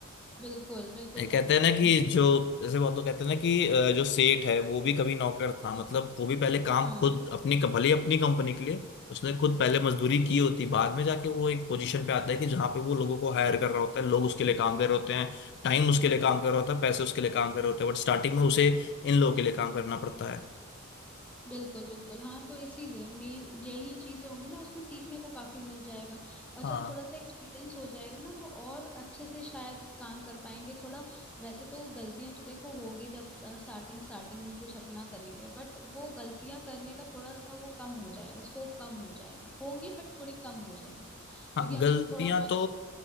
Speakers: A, in the centre; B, on the left (about 50°).
A: बिल्कुल बिल्कुल
B: ये कहते
A: करना
B: हैं ना
A: पड़ेगा
B: कि जो जैसे बहुत लोग कहते हैं ना कि अ, जो सेठ है वो भी कभी नौकर था मतलब वो भी पहले काम
A: हाँ
B: खुद अपनी भले ही अपनी कंपनी के लिए उसने खुद पहले मजदूरी
A: हम्म,
B: की होती बाद में जाके वो एक पोजीशन पे आता है कि जहाँ पे वो लोगों को हायर कर रहा होता है लोग उसके लिए काम कर रहे होते हैं टाइम उसके लिए काम कर रहा होता है पैसे उसके लिए काम कर रहे होते हैं बट स्टार्टिंग में उसे इन लोगों के लिए काम करना पड़ता है
A: बिल्कुल बिल्कुल हाँ तो इसीलिए मेन यही चीजें होंगी ना उसमें सीखने को काफी मिल जाएगा और
B: हाँ
A: जब थोड़ा सा एक्सपीरियंस हो जाएगा ना तो और अच्छे से शायद काम कर पाएंगे थोड़ा वैसे तो गलतियां तो देखो होगी जब स्टार्टिंग स्टार्टिंग में कुछ अपना करेंगे बट वो गलतियां करने का थोड़ा सा वो कम हो जाएगा स्कोप कम हो जाएगा होंगी बट थोड़ी कम हो जाएंगी
B: हाँ
A: क्योंकि हम
B: गलतियां
A: थोड़ा बहुत
B: तो